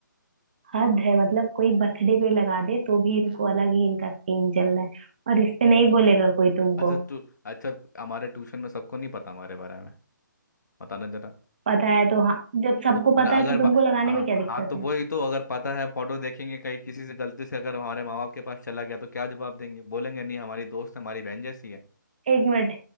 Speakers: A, on the right; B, on the left.
A: हद है मतलब कोई बर्थडे पे लगा दे तो भी इनको अलग ही इनका सीन चल रहा है और इस पे नहीं बोलेगा कोई तुमको
B: अच्छा तो तू अच्छा हमारे ट्यूशन में सबको नहीं पता हमारे बारे में बताना जरा
A: पता है तो हाँ जब सबको
B: तो फिर
A: पता
B: अगर
A: है तो
B: बा-
A: तुमको लगाने
B: हाँ
A: में क्या दिक्कत
B: हाँ तो
A: है
B: वही तो अगर पता है फोटो देखेंगे कहीं किसी से गलती से अगर हमारे माँ बाप के पास चला गया तो क्या जवाब देंगे बोलेंगे नहीं हमारी दोस्त है, हमारी बहन जैसी है
A: एक मिनट